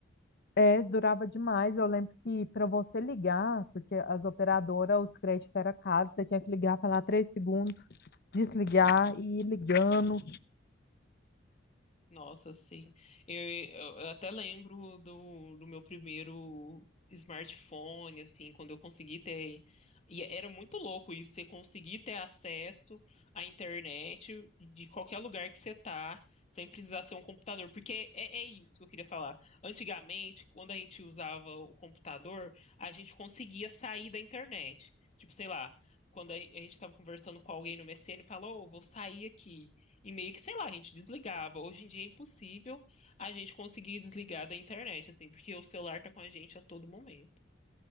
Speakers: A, on the left; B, on the left.
A: É, durava demais. Eu lembro que para você ligar, porque as operadoras, os créditos eram caros, você tinha que ligar, falar três segundos, desligar e ir ligando.
B: Nossa, sim. Eu, eu- eu até lembro do, do meu primeiro smartphone, assim, quando eu consegui ter. E era muito louco isso, você conseguir ter acesso à internet de qualquer lugar que você tá, sem precisar ser um computador. Porque é, é isso que eu queria falar. Antigamente, quando a gente usava o computador, a gente conseguia sair da internet. Tipo, sei lá, quando a a gente estava conversando com alguém no MSN, falou, "Ô, vou sair aqui. E meio que, sei lá, a gente desligava. Hoje em dia é impossível a gente conseguir desligar da internet, assim, porque o celular tá com a gente a todo momento.